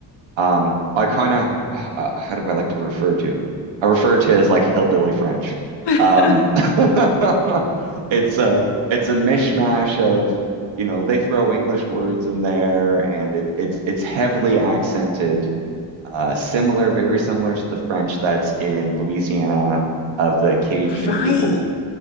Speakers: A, on the right (about 85°); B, on the left (about 60°).
A: Um, I kind of, uh, how do I like to refer to? I refer to it as like hillbilly French.
B: <laughs>
A: Um,
B: oh,
A: <laughs> it's a it's a mishmash of, you know, they throw English words in there, and it, it's it's heavily accented, uh, similar, very similar to the French that's in Louisiana of the Cajun
B: right.
A: people.